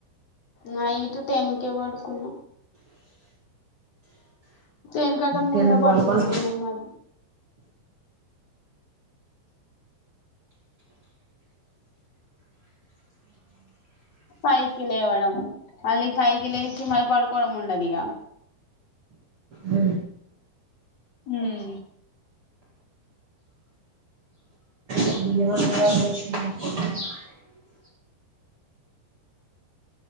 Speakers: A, on the left; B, on the right.
A: నైట్ టెన్ కేె పడుకున్నాం టెన్ కంటే ముందే
B: టెన్ కు
A: పడుకుంటున్నా
B: పడుకొని
A: ఈ మధ్య ఫైవ్ కి లేవడం మళ్ళీ, ఫైవ్ లేచి మళ్ళీ పడుకోవడం ఉండదు ఇగా
B: అ
A: హ్మ్
B: <unintelligible>